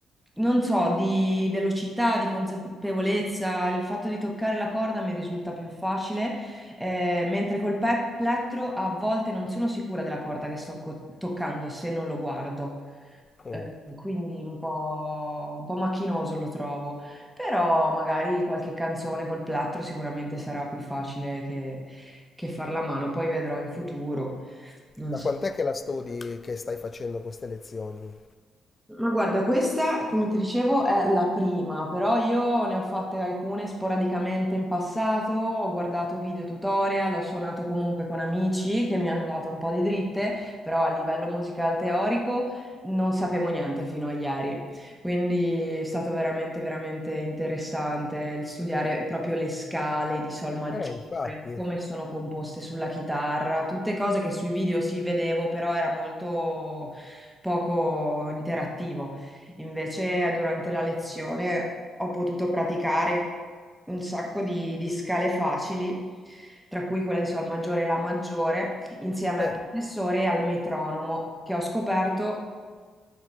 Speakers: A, in the centre; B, on the left (about 30°).
A: non so, di velocità, di consapevolezza. Il fatto di toccare la corda mi risulta più facile, eh, mentre col pe- plettro a volte non sono sicura della corda che sto co- toccando se non lo guardo.
B: Oh.
A: Eh, Quindi un po', un po' macchinoso lo trovo, però magari qualche canzone col plattro sicuramente sarà più facile che, che farla a mano, poi vedrò in futuro. Non
B: Da
A: so.
B: quant'è che la studi, che stai facendo queste lezioni?
A: Ma guarda, questa, come ti dicevo, è la prima, però io ne ho fatte alcune sporadicamente in passato, ho guardato video tutorial, ho suonato comunque con amici che mi hanno dato un po' di dritte, però a livello musicale teorico non sapevo niente fino a ieri. Quindi è stato veramente, veramente interessante il studiare proprio le scale di sol maggiore.
B: Eh, infatti.
A: Come sono composte sulla chitarra, tutte cose che sui video si vedevo, però era molto poco interattivo. Invece durante la lezione ho potuto praticare un sacco di, di scale facili, tra cui quella di Sol maggiore e La maggiore, insieme
B: Eh.
A: al professore e al metronomo, che ho scoperto